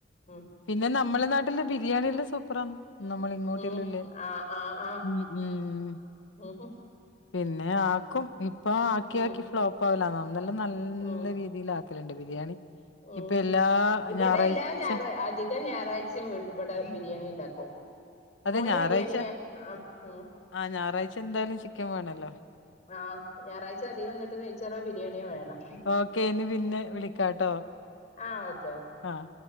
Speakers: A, on the left; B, on the left.
A: ഉം
B: പിന്നെ നമ്മളെ നാട്ടില് ബിരിയാണി എല്ലാം സൂപ്പറ നമ്മളിങ്ങോട്ട്ല്ലല്ലേ
A: ഉം ആഹ് ആഹ് ആഹ്
B: ഉംഉം.
A: ഉം
B: പിന്നെ ആക്കും ഇപ്പ ആക്കി
A: ഉം
B: ആക്കി ഫ്ലോപ്പാവല അന്നെല്ലാം നല്ല
A: ഉം
B: രീതില് ആക്ക ക്കല്ണ്ട് ബിരിയാണി
A: ഉം
B: ഇപ്പൊ
A: ഹു
B: എല്ലാ
A: ഇവിടെ
B: ഞായറാഴ്ച
A: എല്ലാം ഞായർ അധി ല്ലാഞായറാഴ്ചയും ഇവിടെ ബിരിയാണി ഉണ്ടാക്കും.
B: അതെ
A: മോന്
B: ഞായറാഴ്ച
A: ബിരിയാണിയാ ആ ഉം.
B: ആ ഞായറാഴ്ച എന്തായാലും ചിക്കൻ വേണല്ലോ
A: ആ ഞായറാഴ്ച്ച അധികം എന്നിട്ട് നെയ്ച്ചറോ ബിരിയാണിയോ വേണം.
B: ഓകെ പിന്നെ വിളിക്കാട്ടോ
A: ആ ഓക്കെ ഓക്കെ.
B: ആഹ്